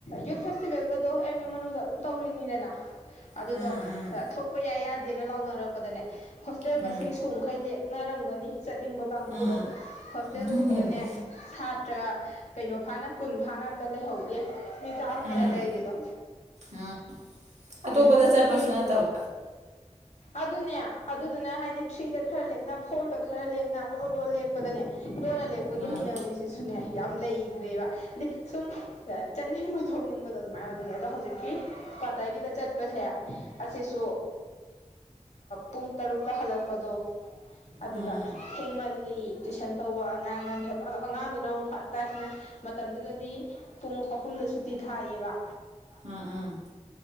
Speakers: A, on the left; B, on the right.
A: ꯌꯠ ꯐꯦꯁꯇꯤꯚꯦꯜꯒꯗꯣ ꯑꯦꯝ ꯌꯨꯨꯡ ꯃꯅꯨꯡꯗ ꯑꯗꯨꯝ ꯇꯧꯔꯤꯅꯤꯗꯅ ꯑꯗꯨꯗꯣ
B: ꯎꯝ ꯎꯝ
A: ꯊꯣꯛꯄ ꯌꯥꯏ ꯌꯥꯗꯦꯅ ꯂꯥꯎꯅꯔꯛꯄꯗꯅꯦ ꯍꯣꯁꯇꯦꯜ
B: ꯎꯝ
A: ꯃꯁꯤꯡ ꯁꯨ ꯃꯈꯩ ꯂꯦꯛꯅꯔꯝꯒꯅꯤ ꯆꯠꯅꯤꯡꯕ ꯀꯥꯡꯕꯨꯗꯣ
B: ꯎꯝ
A: ꯍꯣꯁꯇꯦꯜ
B: ꯑꯗꯨꯅꯤꯅꯦ
A: ꯇꯨꯗꯅꯦ ꯁꯥꯇ꯭ꯔ ꯀꯩꯅꯣ ꯐꯥꯅ ꯀꯨꯟ ꯐꯥꯅ ꯑꯝꯇ ꯂꯩꯍꯧꯗꯦ ꯃꯤ ꯆꯥꯝꯃ
B: ꯎꯝ
A: ꯍꯦꯟꯅ ꯂꯩꯔꯤꯗꯣ
B: ꯎꯝ ꯑꯇꯣꯞꯄꯗ
A: ꯎꯝ
B: ꯆꯠꯄꯁꯨ
A: ꯃꯀ
B: ꯅꯠꯇꯕ
A: ꯑꯗꯨꯅꯦ ꯑꯗꯨꯗꯨꯅ ꯍꯥꯏꯗꯤ ꯊ꯭ꯔꯤꯗ ꯈꯔ ꯂꯦꯛꯅ ꯐꯣꯔꯗ ꯈꯔ ꯂꯦꯛꯅ ꯂꯣ ꯂꯣ ꯂꯦꯛ ꯂꯄꯗꯅꯦ ꯂꯣꯟꯅ ꯂꯦꯛꯄꯒꯤ
B: ꯎꯝ
A: ꯍꯩꯅꯕꯤꯁꯤꯁꯨꯅꯦ ꯌꯥꯝ ꯂꯩꯈ꯭ꯔꯦꯕ ꯍꯥꯏꯗꯤ ꯁꯨꯝ ꯆꯠꯅꯤꯡꯕ ꯊꯣꯛꯅꯤꯡꯕꯗꯣ ꯑꯗꯨꯃꯥꯏꯅ ꯑꯣꯏꯕꯒꯤ ꯑꯗꯣ ꯍꯧꯖꯤꯛꯀꯤ ꯀ꯭ꯋꯥꯇꯔꯒꯤꯗ ꯆꯠꯄꯁꯦ ꯑꯁꯤꯁꯨ ꯄꯨꯡ ꯇꯔꯨꯛꯇ ꯍꯜꯂꯛꯄꯗꯣ ꯑꯗꯨꯗ
B: ꯎꯝ
A: ꯊꯦꯡꯃꯜꯂꯤ ꯇꯨꯏꯁꯟ ꯇꯧꯕ ꯑꯉꯥꯡ ꯉꯥꯡꯈ ꯑꯗꯣ ꯑꯉꯥꯡꯗꯨꯅ ꯑꯃꯨꯛ ꯐꯔꯛ ꯇꯥꯏꯁꯤꯅ ꯃꯇꯝꯗꯨꯗꯗꯤ ꯄꯨꯡ ꯑꯍꯨꯝꯗ ꯁꯨꯇꯤ ꯊꯥꯏꯑꯦꯕ
B: ꯎꯝ ꯎꯝ